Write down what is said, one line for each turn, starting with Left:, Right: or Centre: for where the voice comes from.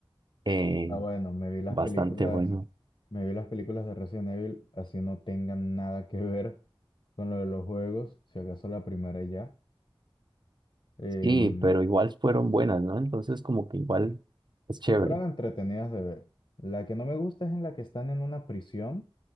Right: eh,
Left: Ah, bueno, me vi las
Right: bastante
Left: películas,
Right: bueno.
Left: me vi las películas de Resident Evil, así no tengan nada que ver con lo de los juegos, si acaso la primera y ya. Em,
Right: Sí, pero igual fueron buenas, ¿no? Entonces como que igual es chévere.
Left: fueron entretenidas de ver. La que no me gusta es en la que están en una prisión,